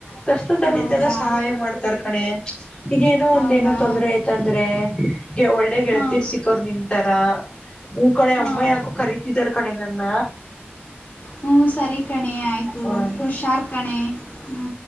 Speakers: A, on the left; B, on the left.
A: ಕಷ್ಟತದದಲ್ಲಿ
B: ಹೌದಾ
A: ಇದಿದ್ದಾಗ ಸಹಾಯ ಮಾಡ್ತಾರ್ ಕಣೆ ಈಗ ಏನೋ
B: ಹೌದಾ
A: ಒಂದ ಏನೋ ತೊಂದ್ರೆ ಆಯ್ತಂದ್ರೆ ಒಳ್ಳೇ ಗೆಳತಿರ್
B: ಹಾಂ
A: ಸಿಕ್ಕೋರ್ ನಿನ್ಂತಾರ ಹ್ಮ ಕಣೆ
B: ಹಾಂ
A: ಅಮ್ಮ ಯಾಕೋ ಕರೀತಿದಾರ ಕಣೆ ನನ್ನ
B: ಹ್ಮ ಸರಿ ಕಣೆ ಆಯ್ತು
A: ಹ್ಮ
B: ಹುಷಾರ್ ಕಣೆ ಹ